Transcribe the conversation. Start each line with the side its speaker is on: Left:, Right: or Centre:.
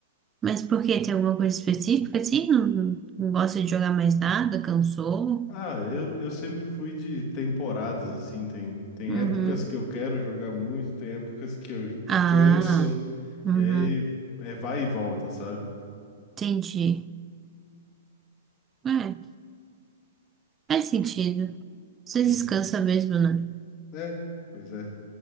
Right: mas por quê? Tem alguma coisa específica assim? Não, não gosta de jogar mais nada? Cansou?
Left: Ah, eu, eu sempre fui de temporadas, assim, tem, tem
Right: Uhum.
Left: épocas que eu quero jogar muito, tem épocas que eu
Right: Ah,
Left: canso,
Right: uhum.
Left: e aí é vai e volta, sabe?
Right: Entendi. É, faz sentido. Você
Left: Sim.
Right: descansa mesmo, né?
Left: É, pois é.